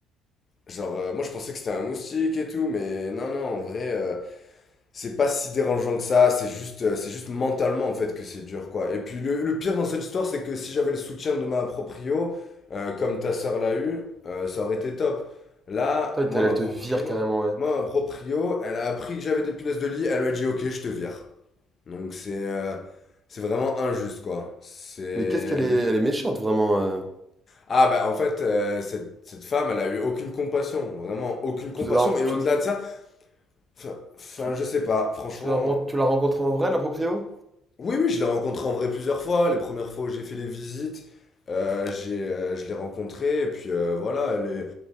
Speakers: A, on the left; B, on the right.
A: genre, euh, moi je pensais que c'était un moustique et tout, mais non, non, en vrai, euh, c'est pas si dérangeant que ça, c'est juste, euh, c'est juste mentalement en fait que c'est dur quoi. Et puis le, le pire dans cette histoire, c'est que si j'avais le soutien de ma proprio, euh, comme ta sœur l'a eu, euh, ça aurait été top. Là,
B: Putain,
A: moi
B: elle,
A: ma
B: elle te
A: proprio,
B: vire carrément, ouais.
A: moi ma proprio, elle a appris que j'avais des punaises de lit, elle m'a dit ok, je te vire. Donc c'est, euh, c'est vraiment injuste quoi. C'est
B: Mais qu'est-ce qu'elle est...
A: lui.
B: Elle est méchante, vraiment. euh.
A: Ah bah en fait, euh, cette, cette femme, elle a eu aucune compassion, vraiment aucune compassion.
B: Tu la
A: Et
B: tu,
A: au-delà
B: l-
A: de ça, enfin, enfin,
B: tu, l-
A: je sais pas, franchement,
B: tu la ren- tu l'as rencontrée en vrai, la proprio?
A: Oui, oui, je l'ai rencontré en vrai plusieurs fois. Les premières fois où j'ai fait les visites, euh, j'ai, euh, je l'ai rencontrée. Et puis euh, voilà, elle, est-